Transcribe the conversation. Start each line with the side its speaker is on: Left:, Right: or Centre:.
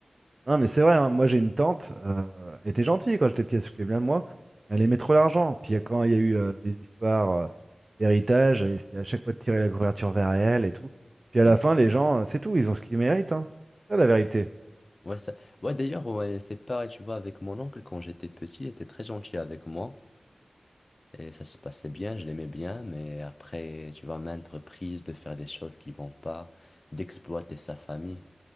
Right: Non, mais c'est vrai, hein, moi j'ai une tante, euh, elle était gentille quand j'étais petit, elle s'occupait bien de moi, mais elle aimait trop l'argent. Puis euh, quand il y a eu euh, des histoires euh, d'héritage, elle essayait à chaque fois de tirer la couverture vers elle et tout. Puis à
Left: Mm.
Right: la fin, les gens, euh, c'est tout, ils ont ce qu'ils méritent, hein. C'est ça la vérité.
Left: ouais, ça- ouais, d'ailleurs, ouais, c'est pareil, tu vois, avec mon oncle, quand j'étais petit, il était très gentil avec moi. Et ça se passait bien, je l'aimais bien, mais après, tu vois, maintes reprises de faire des choses qui vont pas, d'exploiter sa famille